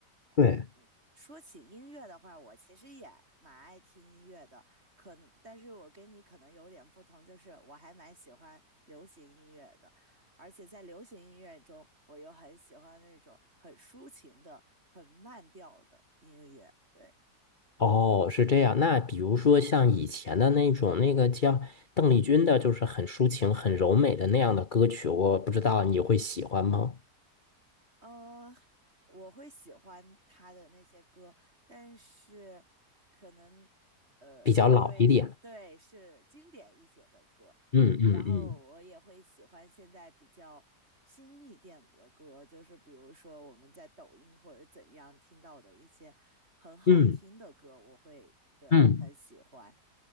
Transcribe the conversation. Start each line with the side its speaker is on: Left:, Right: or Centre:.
Right: 哎，
Left: 对。
Right: 嗯说起音乐的话，我其实也蛮爱听音乐的，可能，但是我跟你可能有点不同，就是我还蛮喜欢流行音乐的。而且在流行音乐中，我又很喜欢那种很抒情的、很慢调的音乐。对，
Left: 哦，是这样。那比如说像以前的那种，那个叫邓丽君的，就是很抒情、很柔美的那样的歌曲，我不知道你会喜欢吗？
Right: 呃，我会喜欢他的那些歌，但是可能呃，
Left: 比较老一点。
Right: 因为是对是经典一些的歌，
Left: 嗯嗯嗯
Right: 然后我也会喜欢现在比较新一点的歌，就是比如说我们在抖音或者怎样听到的一些很好听的歌，
Left: 嗯
Right: 我会对很喜欢。
Left: 嗯